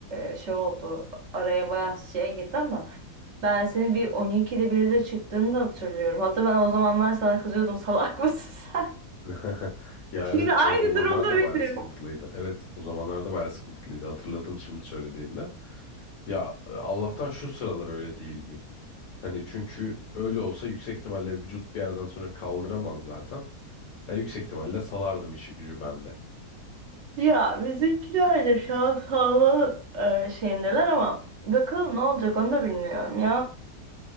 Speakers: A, on the right; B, on the left.
A: e, şey oldu araya bayağı şey girdi ama ben seni bir 12'de biri de çıktığını da hatırlıyorum. Hatta ben o zamanlar sana kızıyordum salak mısın sen?
B: <laughs>
A: <laughs>
B: Ya
A: Şimdi
B: evet
A: aynı
B: o zamanlar
A: durumda
B: da bayağı
A: benim.
B: sıkıntılıydı. Evet o zamanlar da bayağı sıkıntılıydı. Hatırladım şimdi söylediğinde. Ya e, Allah'tan şu sıralar öyle değil diyeyim. Hani çünkü öyle olsa yüksek ihtimalle vücut bir yerden sonra kaldıramaz zaten. Ya yüksek ihtimalle salardım işi gücü bende.
A: Ya bizimkiler de şu an sağlığı e, şeyindeler ama bakalım ne olacak onu da bilmiyorum ya.